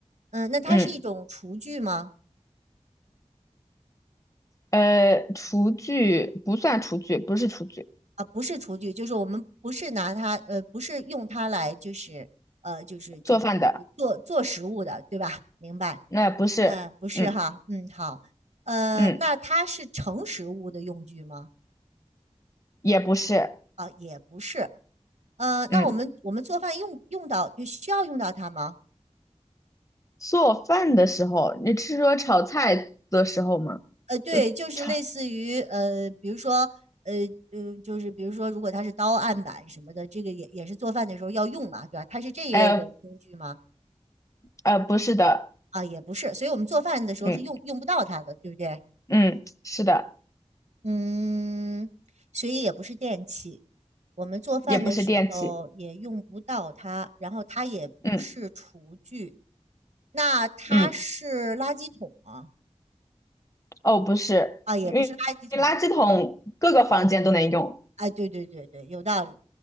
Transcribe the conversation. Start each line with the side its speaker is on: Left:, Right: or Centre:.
Right: 嗯，那它是一种厨具吗？
Left: 嗯，呃，厨具不算厨具，不是厨具，
Right: 啊，不是厨具，就是我们不是拿它，呃，不是用它来，就是呃，就是就是
Left: 做饭的
Right: 做做食物的，对吧？明白？
Left: 那不是，
Right: 嗯，不是哈，
Left: 嗯
Right: 嗯，好，呃，
Left: 嗯，
Right: 那它是盛食物的用具吗？
Left: 也不是，
Right: 啊、也不是，呃，那我们我们做饭用用到需要用到它吗？
Left: 嗯，做饭的时候，你是说炒菜的时候吗？
Right: 呃，对，
Left: 就炒，
Right: 就是类似于呃，比如说呃呃，就是比如说，如果它是刀案板什么的，这个也也是做饭的时候要用嘛，对吧？它是这一类的工具吗？
Left: 呃呃，不是的，
Right: 啊，也不是，所以我们做饭的时候是用用不到它的，
Left: 嗯
Right: 对不对？
Left: 嗯，是的，
Right: 嗯，所以也不是电器，我们做饭的时候也用不到它，
Left: 也不是电器，
Right: 然后它也不是厨具，
Left: 嗯
Right: 那它是垃圾桶吗？
Left: 嗯，哦，不是，
Right: 啊，也不是垃圾桶，
Left: 因为垃圾桶各个房间都能用，
Right: 哎，对对对对，有道理。